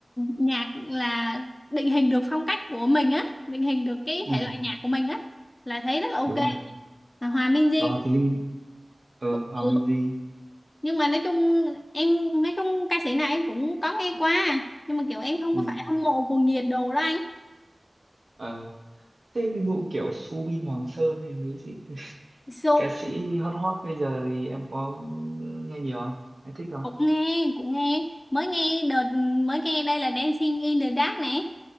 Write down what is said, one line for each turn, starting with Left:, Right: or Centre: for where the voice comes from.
Left: nhạc là định hình được phong cách của mình á định hình được cái
Right: ừ
Left: thể loại nhạc của mình á là thấy rất là ok
Right: đúng rồi
Left: Và Hòa Minzy
Right: Lò thì Linh ờ,
Left: cũng
Right: Hòa
Left: được
Right: Minzy
Left: nhưng mà nói chung em nói chung ca sĩ này em cũng có nghe qua nhưng mà kiểu em không
Right: ừ
Left: có phải hâm mộ cuồng nhiệt đồ đó anh
Right: ờ thế cái vụ kiểu Subin Hoàng Sơn hay mấy gì
Left: so,
Right: ca sĩ hot hot bây giờ thì em có nghe nhiều không em thích không
Left: cũng nghe cũng nghe mới nghe đợt mới nghe đây là Dancing in the Dark nè